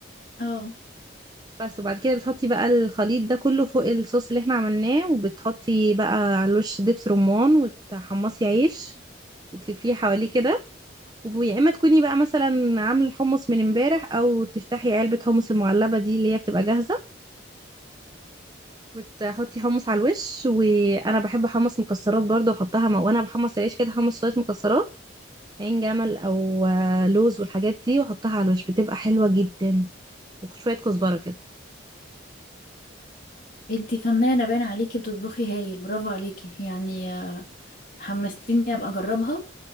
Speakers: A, on the left (about 40°); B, on the right (about 20°).
A: اه
B: بس وبعد كده بتحطي بقى الخليط ده كله فوق الصوص اللي احنا عملناه وبتحطي بقى على الوش دبس رمان وتحمصي عيش وتلفيه حواليه كده ويا اما تكوني بقى مثلا عامله الحمص من امبارح او تفتحي علبه حمص المعلبه دي اللي هي بتبقى جاهزه وتحطي حمص على الوش وانا بحب احمص مكسرات برضه احطها مع- وانا بحمص العيش كده احمص شويه مكسرات عين جمل او آه، لوز والحاجات دي واحطها على الوش بتبقى حلوه جدا وشويه كزبره كده
A: انتي فنانة باين عليكي بتطبخي هايل برافو عليكي يعني آه، حمستيني ابقى اجربها